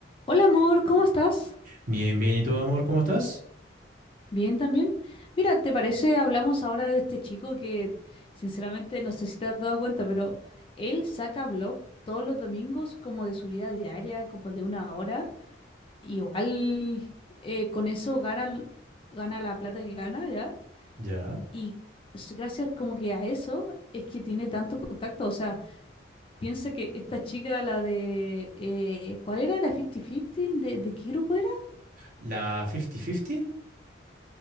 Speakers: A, on the left; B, on the right.
A: Hola amor, ¿cómo estás?
B: Bien, bien. ¿Y tú, amor, cómo estás?
A: Bien también. Mira, ¿te parece? Hablamos ahora de este chico que sinceramente no sé si te has dado cuenta, pero él saca vlog todos los domingos como de su vida diaria, como de una hora. Igual eh, con eso gana, l- gana la plata que gana, ¿ya?
B: Ya.
A: Y s- gracias como que a eso es que tiene tanto contacto. O sea, piensa que esta chica, la de... eh, ¿cuál era? ¿La 50-50? ¿De, de qué grupo era?
B: ¿La 50-50?